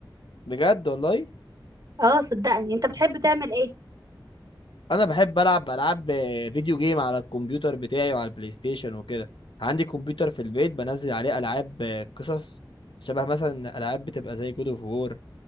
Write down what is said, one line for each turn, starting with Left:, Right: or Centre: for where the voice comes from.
Left: بجد والله
Right: اه صدقني انت بتحب تعمل ايه
Left: انا بحب العب العاب فيديو جيم على الكمبيوتر بتاعي وعلى البلاي ستيشن وكده عندي كمبيوتر في البيت بنزل عليه العاب قصص شبه مثلا العاب بتبقى زي جود اوف وور